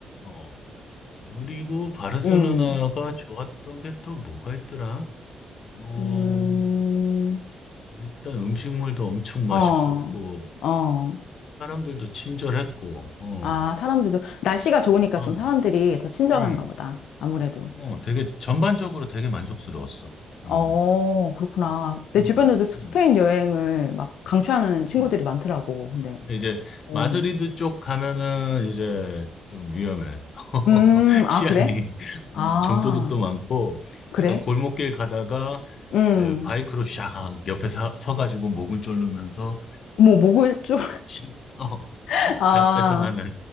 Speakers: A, on the left; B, on the left.
A: 어. 그리고 바르셀로나가
B: 음.
A: 좋았던 게 또 뭐가 있더라? 어,
B: 음.
A: 일단 음식물도 엄청 맛있었고,
B: 어. 어.
A: 사람들도 친절했고, 어,
B: 아, 사람들도, 날씨가 좋으니까
A: 어,
B: 좀 사람들이 더 친절한가
A: 음,
B: 보다. 아무래도.
A: 어, 되게 전반적으로 되게 만족스러웠어.
B: 어,
A: 음,
B: 그렇구나. 내
A: 음,
B: 주변에도 스페인
A: 음,
B: 여행을 막 강추하는 친구들이
A: 음.
B: 많더라고. 근데,
A: 근데 이제
B: 어.
A: 마드리드 쪽 가면은 이제 좀 위험해. <laughs>
B: 음, 아,
A: 치안이
B: 그래? 아,
A: 어, 좀도둑도 많고
B: 그래?
A: 약간 골목길 가다가
B: 음,
A: 이제 바이크로 샥 옆에 서, 서가지고 목을 졸르면서
B: 뭐, 먹을 줄.
A: 씩, 어,
B: <laughs>
A: 씩다
B: 아,
A: 뺏어가는